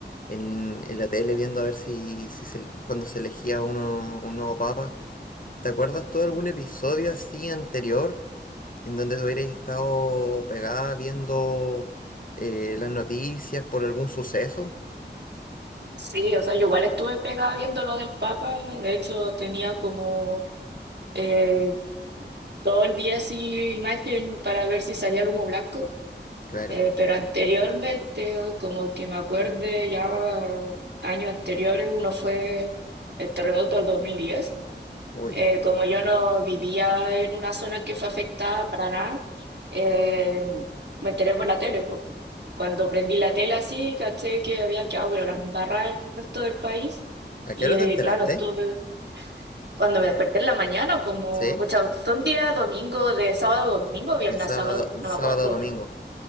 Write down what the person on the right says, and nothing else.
Sí, o sea, yo igual estuve pegada viendo lo del Papa, de hecho tenía como eh, todo el día así imagen para ver si salía el humo blanco,
eh, pero anteriormente, como que me acuerde ya años anteriores, uno fue el terremoto del 2010.
Eh, como yo no vivía en una zona que fue afectada para nada, eh, me enteré por la tele, po. Cuando prendí la tele así, caché que había quedado, pero las barras en el resto del país.
Y
eh,
claro, estuve, cuando me desperté en la mañana, como,
pucha, fue un día domingo, de sábado a domingo, viernes
a sábado,
no
me acuerdo.